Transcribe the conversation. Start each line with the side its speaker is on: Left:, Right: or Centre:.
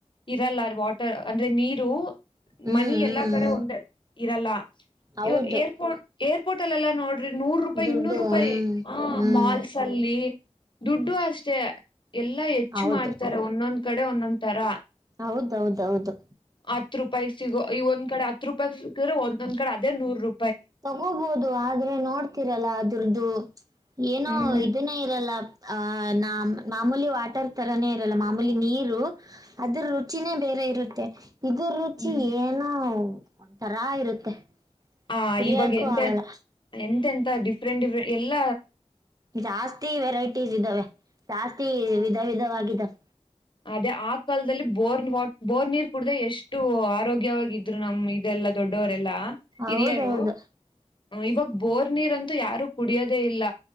Left: ಇರಲ್ಲ ವಾಟರ್ ಅಂದ್ರೆ ನೀರು
Right: ಹ್ಮ್
Left: ಮನಿ
Right: ಹ್ಮ್
Left: ಎಲ್ಲಾ
Right: ಹ್ಮ್
Left: ಕಡೆ ಒಂದೇ. ಇರಲ್ಲ
Right: ಹೌದು
Left: ಇವಾಗ್ ಏರ್ಪೋರ್ಟ್ ಏರ್ ಪೋಟಲೆಲ್ಲ ನೋಡ್ ನೂರು ರೂಪಾಯಿ
Right: ದುಡ್ಡು
Left: ಇನ್ನೂರು ರೂಪಾಯಿ
Right: ಹ್ಮ್
Left: ಆ
Right: ಹ್ಮ್
Left: ಮಾಲ್ಸ್ ಅಲ್ಲಿ ದುಡ್ಡು ಅಷ್ಟೆ ಎಲ್ಲಾ ಹೆಚ್ಚು
Right: ಹೌದು
Left: ಮಾಡ್ತಾರೆ ಒನ್ನೊಂದ್ ಕಡೆ ಒನ್ನೋಂತರ.
Right: ಹೌದೌದೌದು
Left: ಹತ್ ರೂಪಾಯಿ ಸಿಗೋ ಈ ಒಂದ್ ಕಡೆ ಹತ್ತ್ ರೂಪಾಯಿಗ್ ಸಿಕ್ಕಿದ್ರೆ ಒನ್ನೊಂದ್ ಕಡೆ ಅದೇ ನೂರು ರೂ
Right: ತಗೋಬೋದು ಆದ್ರೆ ನೋಡ್ತಿರಲ್ಲ ಅದ್ರುದ್ದು ಏನೋ
Left: ಹ್ಮ್
Right: ಇದನ್ನೇ ಇರಲ್ಲ. ಆಹ ನಾಮ್ ಮಾಮೂಲಿ ವಾಟರ್ ತರಾನೇ ಇರಲ್ಲ ಮಾಮೂಲಿ ನೀರು ಅದ್ರ ರುಚಿನೇ ಬೇರೆ ಇರು ತ್ತೆ ಇದು ರುಚಿ
Left: ಹ್ಮ್
Right: ಏನೋ ಒಂಥರಾ ಇರುತ್ತೆ.
Left: ಹ
Right: ಕುಡಿಯಕ್ಕೂ
Left: ಇವಾಗ ಎಂತೆ
Right: ಆಗಲ್ಲ
Left: ಎಂತೆ ಡಿಫ್ರೆಂಟ್ ಡಿಫ್ರೆಂಟ್ ಎಲ್ಲ
Right: ಜಾಸ್ತಿ ವೆರೈಟೀಸ್ ಇದ್ದಾವೆ ಜಾಸ್ತಿ ವಿಧ ವಿಧವಾಗಿದ್ದಾವ
Left: ಅದೇ ಆ ಕಾಲದಲ್ಲಿ ಬೋರ್ ವಾ ಬೋರ್ ನೀರ್ ಕುಡ್ದ ಎಷ್ಟು ಆರೋಗ್ಯವಾಗಿದ್ರು ನಮ್ ಇದೆಲ್ಲಾ ದೊಡ್ಡವ ಲ್ಲಾ
Right: ಹೌದೌದು
Left: ಹಿರಿಯಾರು ಹ ಇವಾಗ ಬೋರ್ ನೀರ್ ಅಂತೂ ಯಾರು ಕುಡಿಯೋದೇ ಇಲ್ಲ